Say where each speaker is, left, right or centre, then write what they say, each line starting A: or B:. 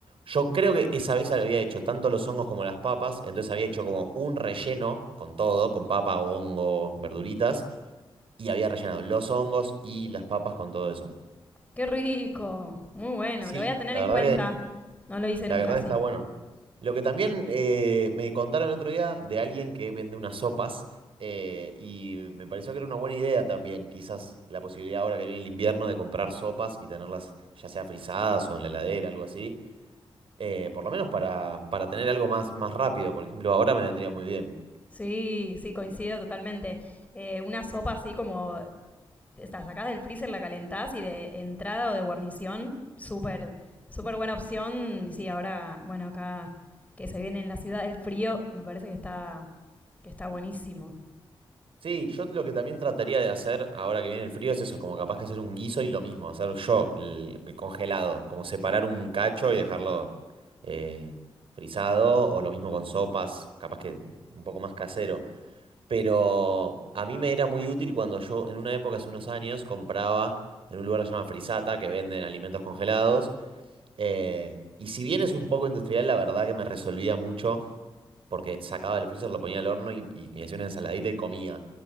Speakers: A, on the right (about 75°); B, on the left (about 15°).
A: Yo creo que esa vez había hecho tanto los hongos como las papas, entonces había hecho como un relleno con todo, con papa, hongo, verduritas, y había rellenado los hongos y las papas con todo eso.
B: qué rico. Muy bueno,
A: Sí,
B: lo voy a tener
A: la
B: en
A: verdad
B: cuenta. No lo hice
A: La
B: nunca
A: verdad
B: así.
A: está bueno. Lo que también eh, me contaron el otro día de alguien que vende unas sopas eh, y me pareció que era una buena idea también, quizás la posibilidad ahora que viene el invierno de comprar sopas y tenerlas ya sea frisadas o en la heladera, algo así, eh, por lo menos para, para tener algo más, más rápido, por ejemplo, ahora me vendría muy bien.
B: Sí, sí, coincido totalmente. Eh, una sopa así como la sacás del freezer, la calentás y de entrada o de guarnición, súper, súper buena opción. Y sí, ahora, bueno, acá que se viene en la ciudad el frío, me parece que está, que está buenísimo.
A: Sí, yo lo que también trataría de hacer ahora que viene el frío es eso, como capaz que hacer un guiso y lo mismo, hacer yo el, el congelado, como separar un cacho y dejarlo eh, frisado, o lo mismo con sopas, capaz que un poco más casero. Pero a mí me era muy útil cuando yo en una época, hace unos años, compraba en un lugar que se llama Frisata, que venden alimentos congelados. eh, y si bien es un poco industrial, la verdad que me resolvía mucho porque sacaba del freezer, lo ponía al horno y, y me hacía una ensaladita y comía.